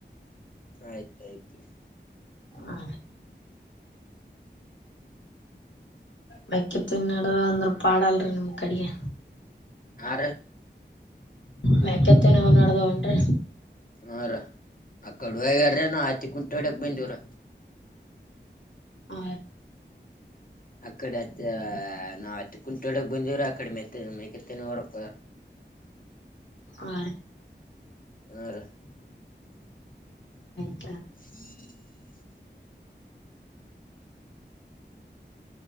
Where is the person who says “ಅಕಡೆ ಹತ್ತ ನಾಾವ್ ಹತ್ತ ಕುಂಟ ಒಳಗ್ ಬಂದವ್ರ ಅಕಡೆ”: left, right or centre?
Left